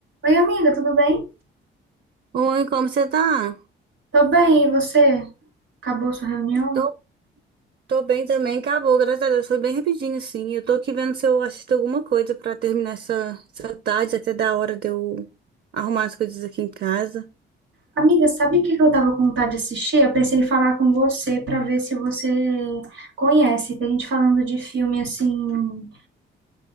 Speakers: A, on the right (about 80°); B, on the right (about 55°).
A: Oi, amiga, tudo bem?
B: Oi, como você tá?
A: Tô bem, e você? Acabou sua reunião?
B: Tô, tô bem também, acabou, graças a Deus, foi bem rapidinho, assim. Eu tô aqui vendo se eu assisto alguma coisa pra terminar essa, essa tarde, até da hora de eu arrumar as coisas aqui em casa.
A: Amiga, sabe o que que eu tava com vontade de assistir? Eu pensei em falar com você pra ver se você conhece. Que a gente falando de filme assim,